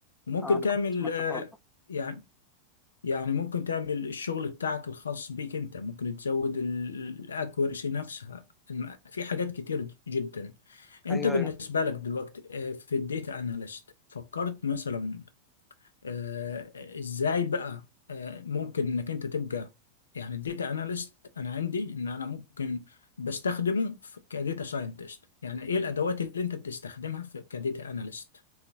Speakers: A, on the left; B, in the centre.
A: وممكن
B: آه، انا
A: تعمل
B: كنت سمعت
A: آه،
B: الحوار ده
A: يعني يعني ممكن تعمل الشغل بتاعك الخاص بيك انت ممكن تزود الاكوريسي نفسها الم- في حاجات كتير جدا انت
B: ايوه
A: بالنسبة
B: أيوه.
A: لك دلوقتي آه، في الديتا اناليست فكرت مثلا آه، ازاي بقى آه، ممكن انك انت تبقى يعني الديتا اناليست انا عندي ان انا ممكن بستخدمه في- كديتا ساينتست يعني ايه الادوات اللي انت بتستخدمها في كديتا اناليست